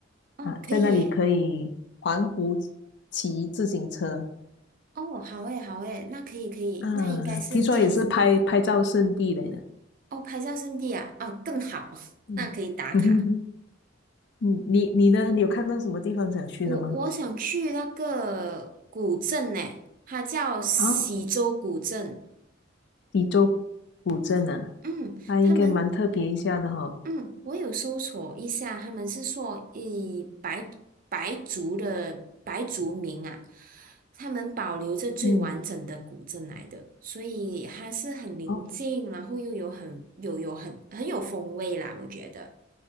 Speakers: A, on the right (about 45°); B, on the left (about 60°).
A: 哦，
B: 啊，
A: 可以耶。
B: 在那里可以环湖骑自行车
A: 哦，好诶，好诶，那可以可以，
B: 啊，
A: 那应该是天，
B: 听说也是拍拍照圣地来的。
A: 哦，拍照圣地啊，哦，更好，<laughs>
B: 嗯
A: 那可以打卡。
B: <laughs> 嗯，你你呢？你有看到什么地方想去的吗？
A: 我我想去那个古镇呢，它叫喜洲古镇。
B: 啊，滇州古镇啊，
A: 嗯，
B: 它应该蛮特别一下的哈、
A: 他们嗯，我有搜索一下，他们是说以白白族的白族民啊，他们保留着最完整的古镇来的，
B: 嗯。
A: 所以它是很宁静，
B: 哦
A: 然后又有很有有很很有风味啦，我觉得。